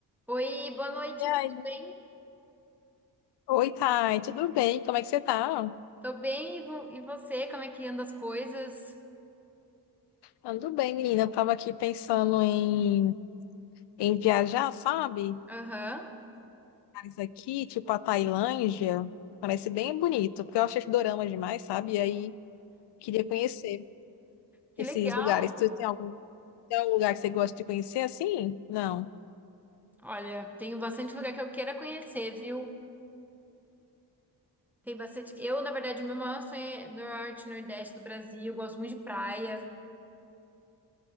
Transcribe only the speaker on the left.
E aí?
Oi, Thay, tudo bem? Como é que você tá?
Ando bem, menina. Eu tava aqui pensando em, em viajar, sabe?
Lugares aqui, tipo a Tailândia. Parece bem bonito, porque eu achei dorama demais, sabe? E aí queria conhecer
esses
lugares. Tu tem algum, tem algum lugar que você gosta de conhecer assim? Não.